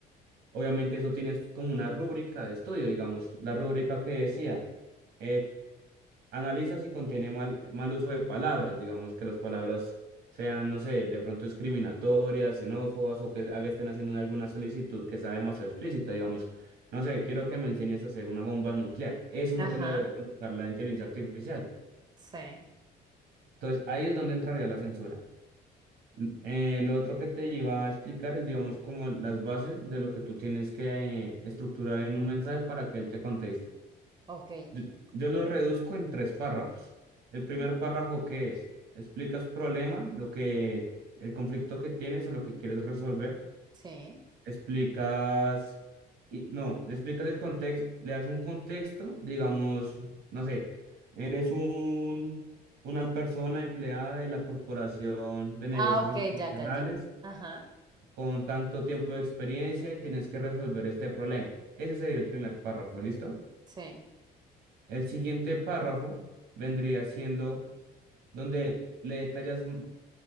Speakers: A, on the right; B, on the right.
A: Obviamente eso tienes como una rúbrica de estudio, digamos, la rúbrica que decía eh, Analiza si contiene mal, mal uso de palabras, digamos que las palabras sean, no sé, de pronto discriminatorias, xenófobas o que haga- estén haciendo alguna solicitud que sea demasiado explícita, digamos, no sé, quiero que me enseñes a hacer una bomba nuclear. Eso no
B: Ajá.
A: te lo debería contestar la inteligencia artificial.
B: Sí.
A: Entonces, ahí es donde entraría la censura. L- eh, lo otro que te iba a explicar es, digamos, como las bases de lo que tú tienes que eh, estructurar en un mensaje para que él te conteste.
B: Ok. y
A: Yo,
B: como-
A: yo lo reduzco en tres párrafos. El primer párrafo, ¿qué es? Explicas problema, lo que, el conflicto que tienes o lo que quieres resolver.
B: Sí.
A: Explicas, y, no, le explicas el contexto, le das un contexto, digamos, no sé, eres un, una persona empleada de la Corporación de Negocios
B: Ah, ok,
A: Internacionales
B: ya, ya, ya. Ajá.
A: con tanto tiempo de experiencia y tienes que resolver este problema. Ese sería el primer párrafo, ¿listo?
B: Sí,
A: El siguiente párrafo vendría siendo donde le detallas m-